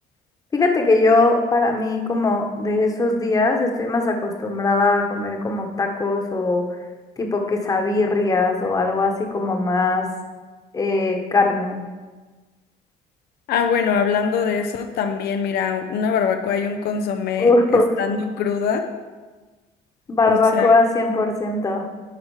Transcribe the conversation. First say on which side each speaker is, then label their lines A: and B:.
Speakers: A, on the left (about 20°); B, on the left (about 70°).
A: Fíjate que yo, para mí, como de esos días, estoy más acostumbrada a comer como tacos o tipo quesabirrias o algo así como más eh, carne.
B: Ah, bueno, hablando de eso, también, mira, una barbacoa y un consomé
A: <laughs>
B: estando
A: Uf,
B: cruda,
A: barbacoa
B: o sea,
A: cien por ciento